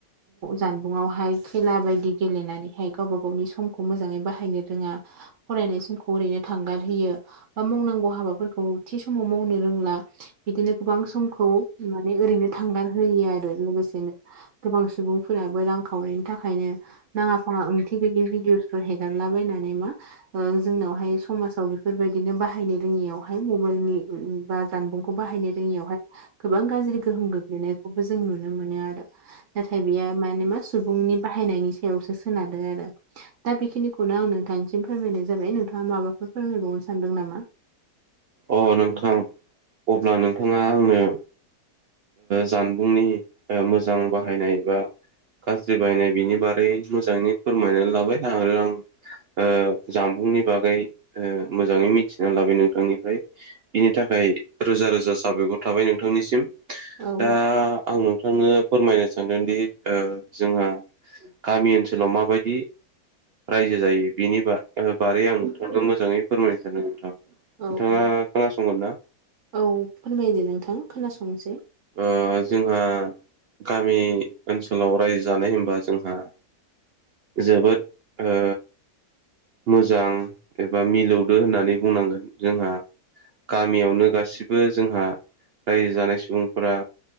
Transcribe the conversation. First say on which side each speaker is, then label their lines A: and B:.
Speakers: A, on the right; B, on the right.
A: जानबुङावहाय खेला बायदि गेलेनानैहाय गावबा गावनि सम खौ मोजाङै बाहायनो रोङा फरायनाय समखौ ओरैनो थांगार होयो बा मावनांगौ हाबाफोरखौ थि समाव मावनो रों ला बिदिनो गोबां समखौ मा ने ओरैनो थांगार होयो आरो लोगोसेनो गोबां सुबुंफोराबो रांखावरिनि थाखायनो नाङा फाङा ओंथि गैयि भिदिअसफोर हेगारलाबायनानै मा जोंनावहाय समाजाव बेफोरबायदिनो बाहायनो रोङियावहाय मबाइलनि बा जानबुंखौ बाहायनो रोङियावहाय गोबां गाज्रि गोहोम गोग्लैनायखौबो जों नुनो मोनो आरो। नाथाय बेयो माने मा सुबुंनि बाहायनायनि सायावसो सोनारदों आरो। दा बेखिनिखौनो आं नोंथांनिसिम फोरमायनाय जाबाय नोंथाङा माबाफोर फोरमायबावनो सानदों नामा?
B: अ नोंथां अब्ला नोंथाङा आंनो। जानबुंनि मोजां बाहायनाय बा गाज्रि बायनाय बिनि बारै मोजाङै फोरमायनानै लाबाय आरो आं जामबुंनि बागै मोजाङै मिथिना लाबाय नोंथांनिफ्राय बिनि थाखाय रोजा रोजा साबायखर थाबाय नोंथांनिसिम।
A: औ
B: दा आं नोंथांनो फोरमायनो सानदोंदि जोंहा गामि ओनसोलाव माबायदि रायजो जायो बिनि बा बारै आं नोंथांखौ मोजाङै फोरमायनो सानदों नोंथां।
A: औ
B: नोंथाङा
A: औ
B: खोनासंगोनना?
A: औ फोरमायदो नोंथां खोनासंनोसै।
B: ओ जोंहा गामि ओनसोलाव रायजो जानाय होनबा जोंहा जोबोद ओ मोजां एबा मिलौदो होननानै बुंनांगोन जोंहा गामियावनो गासिबो जोंहा रायजो जानाय सुबुंफोरा